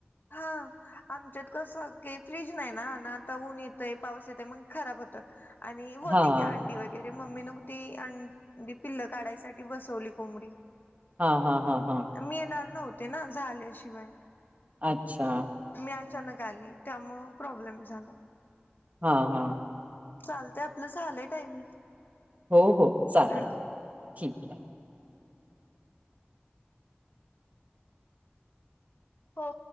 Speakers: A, on the left; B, on the right.
A: हा आमच्यात कसं काही फ्रीज नाही ना ना आता ऊन येतय पाऊस येतय मग खराब होतात आणि होती
B: हां,
A: की अंडी वगैरे वगैरे मम्मी नग ती अी पिल्ल काढायसाठी बसवली कोंबडी
B: हा हा हा हा
A: मी येणार नव्हते ना झाल्याशिवाय.
B: अच्छा.
A: मी अचानक आली त्यामु प्रॉब्लेम झाला.
B: हा हा.
A: चालतय आपलं झालंय टायमिंग.
B: हो हो चालेल.
A: हा
B: ठीक आहे.
A: हो